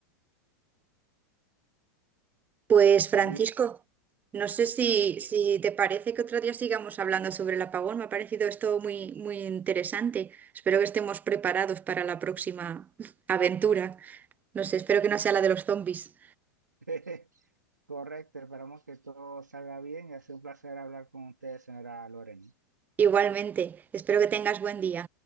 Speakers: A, on the right; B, on the right.
A: Pues Francisco,
B: Li-
A: no sé si, si te parece que otro día sigamos hablando sobre el apagón. Me ha parecido esto muy, muy interesante. Espero que estemos preparados para la próxima <laughs> aventura. No sé, espero que no sea la de los zombies.
B: <laughs> Correcto, esperamos que todo salga bien y ha sido un placer hablar con ustedes, señora Lorena.
A: Igualmente, espero que tengas buen día.